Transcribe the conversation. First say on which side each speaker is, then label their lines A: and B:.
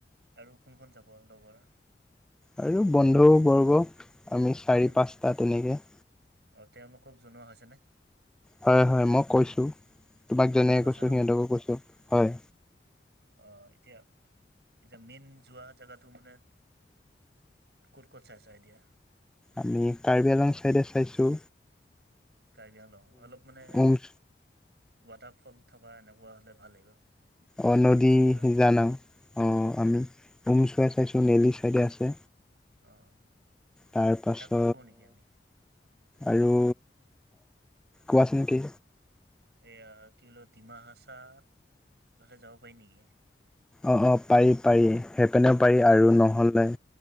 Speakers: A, on the right (about 70°); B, in the centre.
A: আৰু কোন কোন যাব লগৰ
B: আৰু বন্ধুবৰ্গ আমি চাৰি
A: তেন
B: পাঁচটা তেনেকে
A: অ তেওঁলোকক জনোৱা হৈছে নে
B: হয় হয় মই কৈছোঁ তোমাক যেনেকে
A: কৈছা
B: কৈছো
A: ন
B: সিহঁতকো কৈছোঁ হয়
A: অ এতিয়া এতিয়া মেইন যোৱা জেগাটো মানে ক'ত ক'ত চাইছা এতিয়া
B: আমি কাৰ্বি আলং চাইডে চাইছো
A: কাৰ্বি আংলং অলপ মানে
B: উম
A: ৱাটাৰ ফল থকা এনেকুৱা হ'লে ভাল লাগিব
B: অ
A: পানী
B: নদী
A: ঝৰ্ণা
B: জানা অ আমি উমচুৱাই চাইছো নেলি চাইডে আছে
A: অ'
B: তাৰ পাছত
A: এটা কাম কৰো নেকি আমি
B: আৰু কোৱাচোন কি
A: এয়া কি বোল ডিমা হাচা এইফালে যাব পাৰি নেকি
B: অঁ অঁ পাৰি পাৰি সেই পেনেও পাৰি আৰু নহ'লে